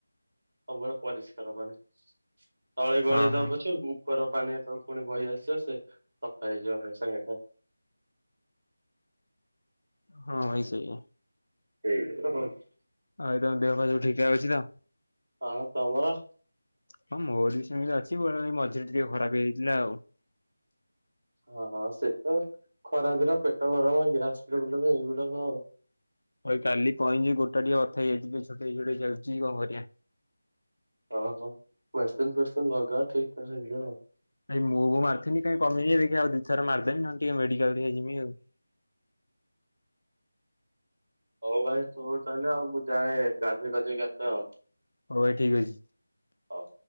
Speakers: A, on the right; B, on the left.
A: ସବୁବେଳେ ପରିଷ୍କାର ପାଣି। ତଳେ ଗୋଳେଇ
B: ହଁ
A: ଦବ
B: ହଁ
A: ପଛେ ଉପର ପାଣି ‌ଯେତେବେଳେ ପୁଣି ବହି ଆସିବ, ସେ ସଫା ହେଇଯିବ ସାଙ୍ଗେ ସାଙ୍ଗେ।
B: ହଁ ଭାଇ ସେଇଆ।
A: ସେଇ। <unintelligible>
B: ଆଉ ତମ ଦେହ ପା ସବୁ ଠିକ୍ ଠାକ୍ ଅଛି ନା?
A: ଆଉ ତମର?
B: ହଁ ମୋର ବି ସେମିତି ଅଛି, ବେଳେ ବେଳେ ମଝିରେ ଟିକେ ଖରାପ ହେଇଯାଇଥିଲା ଆଉ।
A: ହଁଁ ସେଇ ତ ଖରା ଦିନ ପେଟ ଗରମ, ଗ୍ୟାସ୍ ପ୍ରୋବ୍ଲେମ ଏଇଗୁଡାକ ଆଉ।
B: ଭାଇ କାଲି କଣ ହେଇଚି ଗୋଡଟା ଟିକେ ବଥା ହେଇଯାଇଚି, ଟିକେ ଛୋଟେଇ ଛୋଟେଇ ଚାଲୁଛି କଣ କରିଆ।
A: ହଁ- ହଁ ମେଡ଼ିସିନ୍ ଫେଡିସିନ୍ ଲଗାଅ, ଠିକ୍ ଠାକ୍ ହେଇଯିବ ଆଉ।
B: ଭାଇ ମୁଭ୍ ମାରିଥିଲି କାଇଁ କମିନି ଦେଖିବା ଆଉ ଦିଥର ମାରିଦେବି, ନହେଲେ ଟିକେ ମେଡିକାଲ ଟିକେ ଜିମି ଆଉ।
A: ହଉ ଭାଇ <unintelligible> ତାହେଲେ ଆଉ, ମୁଁ ଯାଏ ଗାଧେଇ ପାଧେଇକି ଆସେ ଆଉ।
B: ହଉ ଭାଇ ଠିକ୍ ଅଛି।
A: ହଉ।